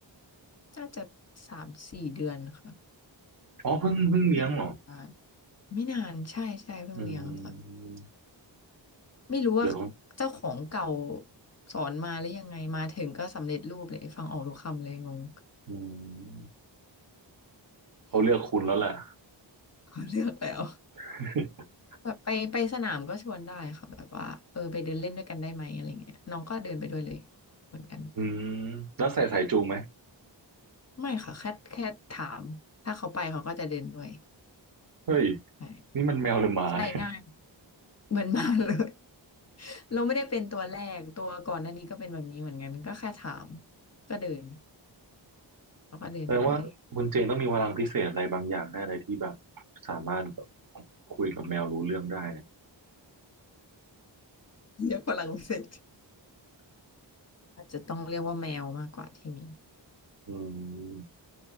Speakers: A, on the left; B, on the right.
A: น่าจะสามสี่เดือนค่ะ
B: อ๋อ เพิ่งเพิ่งเลี้ยงเหรอ
A: เป็นเดือนกว่านไม่นานใช่ใช่เพิ่งเลี้ยงค่ะ
B: อืม
A: ไม่รู้ว่า
B: เดี๋ยวเขา
A: เจ้าของเก่าสอนมาแล้วยังไงมาถึงก็สำเร็จรูปเลยฟังออกทุกคำเลยงง
B: อืมเขาเลือกคุณแล้วแหละ
A: <laughs> เลือกแล้ว
B: <laughs>
A: แบบไปไปสนามก็ชวนได้ค่ะแบบว่าเออไปเดินเล่นด้วยกันได้ไหมอะไรเงี้ยน้องก็เดินไปด้วยเลยเหมือนกัน
B: อืมแล้วใส่สายจูงไหม
A: ไม่ค่ะแค่แค่ถามถ้าเขาไปเขาก็จะเดินด้วย
B: เฮ้ย
A: ใช่
B: นี่มันแมวหรือหมาเนี่ย
A: ใช่ง่ายเหมือนมาเลย เราไม่ได้เป็นตัวแรกตัวก่อนหน้านี้ก็เป็นแบบนี้เหมือนกันก็แค่ถามก็เดินแล้วก็เดินไปด้วย
B: แปลว่าคุณเจนต้องมีพลังพิเศษอะไรบางอย่างแน่เลยที่แบบสามารถแบบคุยกับแมวรู้เรื่องได้เนี่ย
A: เรียกพลังวิเศษอาจจะต้องเรียกว่าแมวมากกว่าที่มี
B: อืม